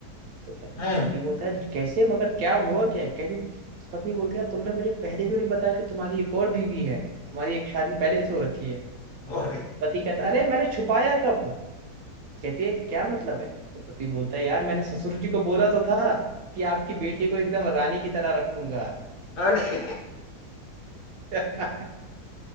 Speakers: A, on the right (about 70°); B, on the left (about 65°).
A: तो प-
B: हैं
A: पति बोलता है कैसे मगर क्या हुआ क्या है?" कहती पत्नी बोलती है तुमने मुझे पहले क्यों नहीं बताया कि तुम्हारी एक और बीवी है तुम्हारी एक शादी पहले से हो रखी है
B: और
A: पति कहता है अरे मैंने छुपाया कब कहती है क्या मतलब है तो पति बोलता है यार मैंने ससुर जी को बोला तो था कि आपकी बेटी को एकदम रानी की तरह रखूंगा
B: अरे
A: <laughs>